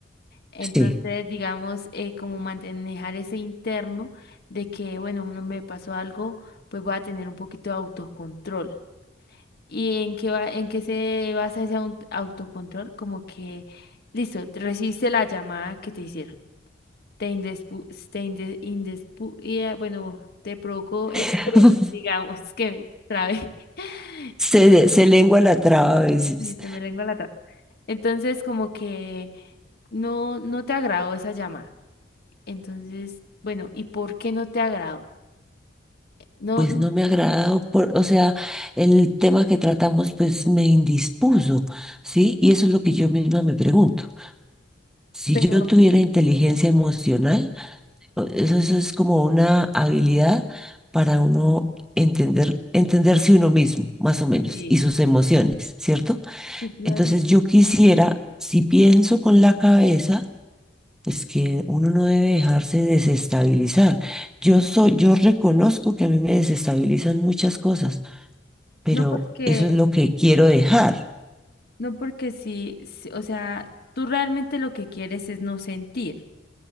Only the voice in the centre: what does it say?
Sí.
<laughs>
Se, de- se lengua la traba a veces.
Pues
no me agradado por, o sea, el tema que tratamos pues me indispuso, ¿sí? Y eso es lo que yo misma me pregunto. Si
yo tuviera inteligencia emocional, Eso, eso es como una habilidad para uno entender, entenderse uno mismo, más o menos,
y sus emociones, ¿cierto?
Entonces yo quisiera, si pienso con la cabeza, es que uno no debe dejarse desestabilizar. Yo soy, yo reconozco que a mí me desestabilizan muchas cosas, pero
eso es lo que quiero dejar.